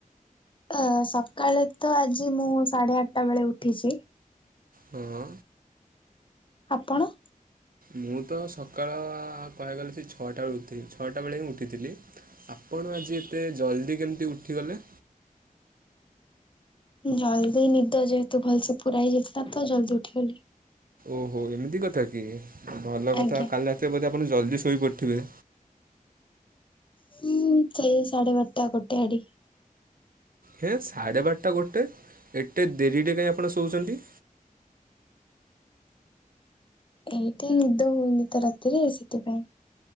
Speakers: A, on the left; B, on the right.
A: ଅ ସକାଳେ ତ ଆଜି ମୁଁ ସାଢେ ଆଟଟା ବେଳେ ଉଠିଚି।
B: ହଁ।
A: ଆପଣ।
B: ମୁଁ ତ ସକାଳ କହିବାକୁ ଗଲେ ସେ ଛଅଟା ଳୁ ଉଠି ଛଅଟା ବେଳେ ହିଁ ଉଠିଥିଲି। ଆପଣ ଆଜି ଏତେ ଜଲ୍ଦି କେମିତି ଉଠିଗଲେ?
A: ଜଲ୍ଦି ନିଦ ଯେହେତୁ ଭଲସେ ପୁରା ହେଇଯାଇଥିଲା ତ ଜଲ୍ଦି ଉଠିଗଲି।
B: ଓହୋ ଏମିତି କଥା କି ଭଲ
A: ଆଜ୍ଞା।
B: କଥା କାଲି ରାତିରେ ବୋଧେ ଆପଣ ଜଲ୍ଦି ଶୋଇପଡିଥିବେ।
A: ହୁଁ ସେଇ ସାଢେ ବାରଟା ଗୋଟେ ଆଡିକି।
B: ହେଁ ସାଢ଼େ ବାରଟା ଗୋଟେ ଏତେ ଡେରିଟେ କାଇଁ ଆପଣ ଶୋଉଛନ୍ତି।
A: ଏଇଟା ନିଦ ହଉନି ତ ରାତିରେ ସେଥିପାଇଁ।